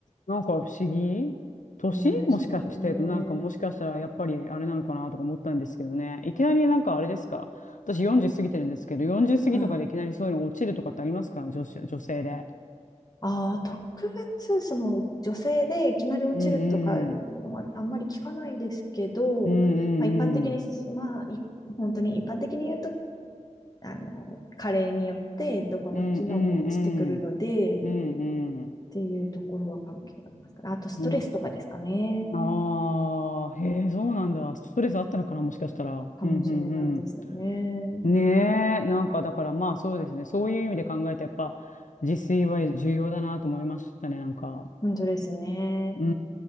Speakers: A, on the left; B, on the left.
A: なんか不思議年もしかして、
B: そうんですね。
A: なんかもしかしたらやっぱりあれなのかなとか思ったんですけどね。いきなりなんかあれですか。私40過ぎてるんですけど、40過ぎとかでいきなりそういうの落ちるとかってありますか女子、
B: はい。
A: 女性で。
B: ああ、特別、その、女性でいきなり落ちるとかいうのはあんまり聞かないですけど、
A: うんうん。うんうんうん。
B: まあ、一般的に、まあ、い本当に一般的に言うと、あの、加齢によってどこの機能も落ちてくるので、
A: うんうんうん。
B: っ
A: うんうん。
B: ていうところは関係ありますから、あとストレスとかですかね。
A: うんああ、へえ、そうなんだ。ストレスあったのかな、もしかしたら。
B: かもしれないですよね。
A: うん、うん、うん。ねえ、なんかだからまあそうですね。そういう意味で考えて、やっぱ自炊は重要だなと思いましたね、なんか。
B: 本当ですね。
A: うー